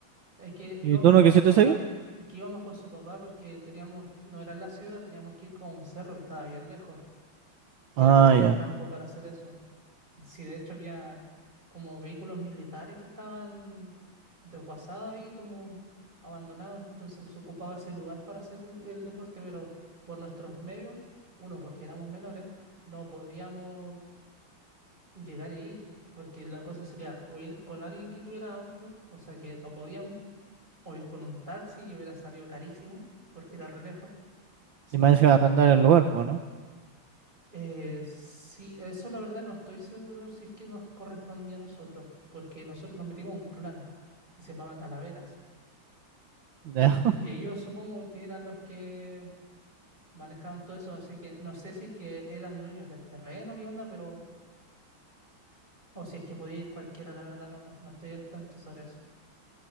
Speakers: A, on the right; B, on the right.
A: es que íbamos
B: ¿Y tú no
A: con
B: quisiste
A: su papá.
B: seguir?
A: Es que íbamos con su papá porque teníamos, no era en la ciudad, teníamos que ir con un cerro que estaba bien lejos, que
B: Ah,
A: era como un
B: ya.
A: campo para hacer eso. Sí, de hecho había como vehículos militares que estaban desguazados y como abandonados, entonces se ocupaba ese lugar para hacer el, el deporte, pero por nuestros medios, uno, porque éramos menores, no podíamos llegar e ir, porque la cosa sería o ir con alguien que tuviera auto, cosa que no podíamos, o ir con un taxi que hubiera salido carísimo, porque era re lejos, así
B: Y me
A: que
B: a
A: no.
B: arrendar el lugar, pues, ¿no?
A: Eh, sí, eso la verdad no estoy seguro si es que nos correspondía a nosotros, porque nosotros nos metimos a un clan que se llamaba Talaveras.
B: <laughs> Ya.
A: Y ellos supongo que eran los que manejaban todo eso, así que no sé si es que eran dueños del terreno, qué onda, pero... O si es que podía ir cualquiera, la verdad no, no estoy al tanto sobre eso.